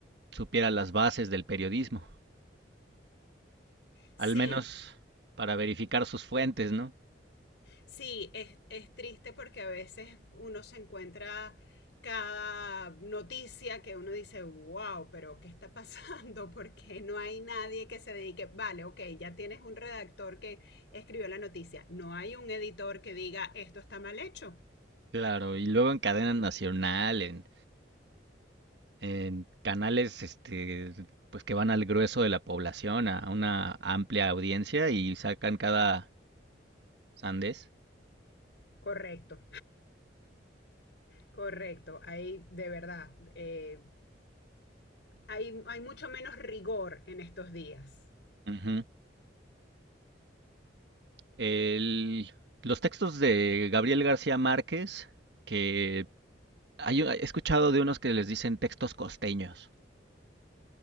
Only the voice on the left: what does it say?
Sí,
Sí, es, es triste porque a veces uno se encuentra cada noticia que uno dice, wow, pero ¿qué está pasando? <laughs> Porque no hay nadie que se dedique, vale, ok, ya tienes un redactor que escribió la noticia, no hay un editor que diga, esto está mal hecho.
Correcto, correcto, hay de verdad, eh, hay, hay mucho menos rigor en estos días.